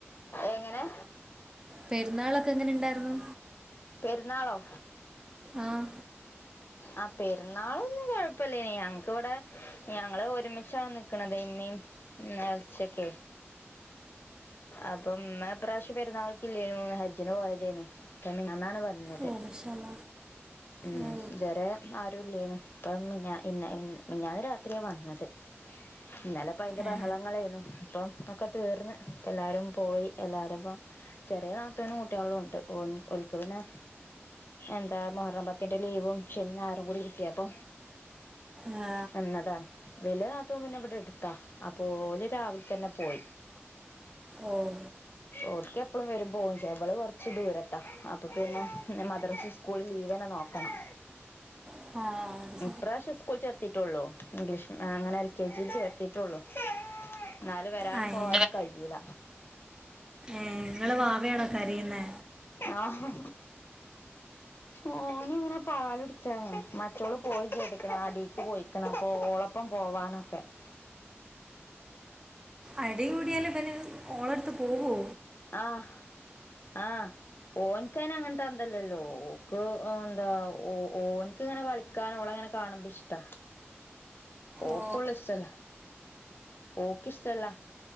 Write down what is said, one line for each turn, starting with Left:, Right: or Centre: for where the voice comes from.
Left: ഏങ്ങനെ
Right: പെര്ന്നാളൊക്ക എങ്ങനെണ്ടാര്ന്നു
Left: പെര്ന്നാളോ
Right: ആഹ്
Left: ആഹ് പെര്ന്നാളൊന്നും കൊഴപ്പല്ലേനി ഞങ്ങക്ക്‌വടെ ഞങ്ങള് ഒരുമിച്ചാണ് നിക്ക്ണത് ഇമ്മീം ഇന്നെർച്ച്യെക്കെ അപ്പൊ ഇമ്മ ഇപ്രാവശ്യം പെരുന്നാൾക്കില്ലേനു ഹജ്ജിന് പോയതേന്നു ഇപ്പ മിഞ്ഞാന്നാണ് വ ന്നത്
Right: ഓ മഷാല
Left: ഉം
Right: ഓ
Left: ഇതുവരെ ആരും ഇല്ലേനു ഇപ്പം മിഞ്ഞാ ഇന്ന് ഇ മിഞ്ഞാന്ന് രാത്രിയാ വന്നത് ഇന്നലപ്പൊ അതിൻ്റെ
Right: ഏ,
Left: ബഹളങ്ങളേന്നു ഇപ്പം ഒക്കെ തീർന്ന് എല്ലാരും പോയി എല്ലാരുംപ്പൊ ചെറ്യേ നാത്തൂനും കുട്ട്യാളുണ്ട് ഓൻ ഓൽക്ക് പിന്നെ എന്താ മുഹറം പത്തിന്റെ ലീവും ശെനിം ഞായറും കൂടി കിട്ട്യേപ്പൊ
Right: ആ,
Left: നിന്നതാണ് വെല്ല്യ നാത്തും പിന്നെ ഇവടെട്ത്താ അപ്പോല് രാവിൽത്തന്നെ പോയി
Right: ഓഹ്
Left: ഓൽക്കെപ്പളും വെരും പോവും ചെയ്യാ ഇവള് കൊറച്ച് ദൂരത്താ അപ്പൊ പിന്നെ ഇന്ന് മദ്രസിം സ് കൂളും ലീവെന്നെ നോക്കണം
Right: ആഹ്
Left: ഇപ്രാവശ്യം സ്കൂള് ചേർത്തീട്ടൊള്ളു ഇംഗ്ളീഷ് ആഹ് അങ്ങനെ എൽ കെ ജീ ല് ചേർത്തീട്ടൊള്ളു ഇന്നാലും വെരാനും
Right: ആ, ഏ.
Left: പോവാനും കയ്യൂല
Right: ഏഹ് ഇങ്ങളെ വാവേണോ കരയ്ന്നെ
Left: ആഹ് ഓന്ങ്ങനെ പാലുടിച്ചാനെ മറ്റോള് പോയിം ചെയ്ത്ക്ക്ണ് അടീക്ക് പൊയ്‌ക്ക്ണ് അപ്പൊ ഓളപ്പം പോവ്വാനൊക്കെ <inaudible>
Right: അടികൂടിയാലും ഇബന് ഓളെട്ത്ത് പോവോ
Left: ആഹ് ആഹ് ഓൻക്കയിന് അങ്ങൻത്തഅന്തല്ലല്ലോ ഓക്ക് ഏഹ് എന്താ ഓ ഓൻക്ക്ങ്ങനെ കളി ക്കാനോളങ്ങന കാണുമ്പ ഇഷ്ട്ടാ ഓക്കൊള്ളേ
Right: ഓ
Left: ഇഷ്ടല്ല ഓക്ക് ഇഷ്ടല്ല